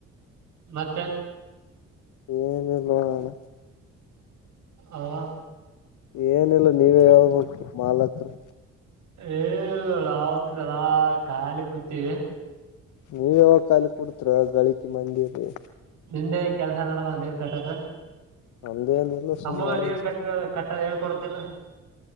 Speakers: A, on the right (about 70°); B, on the left (about 80°).
A: ಮತ್ತೆ
B: ಏನಿಲ್ಲ ಅಣ್ಣ
A: ಹಾ
B: ಏನಿಲ್ಲ ನೀವೇ ಹೇಳ್ಬೇಕು ಮಾಲಕರು
A: ಏನಿಲ್ಲ <unintelligible> ಖಾಲಿ ಕುಂತೀವಿ
B: ನೀವ್ ಯಾವಾಗ ಖಾಲಿ ಕುಡ್ತರ ಗಳಿಕೆ ಮಂದಿರಿ
A: ನೆನ್ನೆ ಕೆಲಸ ನಡ್ದ ನೀರ್ ಕಟ್ಟತ್ತ
B: ನಮ್ದೇನಿಲ್ಲ
A: ನಮಗ
B: ಸುಮ್ ನಡದ
A: ನೀರ್ ಕಟ್ಕ ಕಟ್ಟ ಹೇಳ್ಕೊಡತಿಲ್ಲ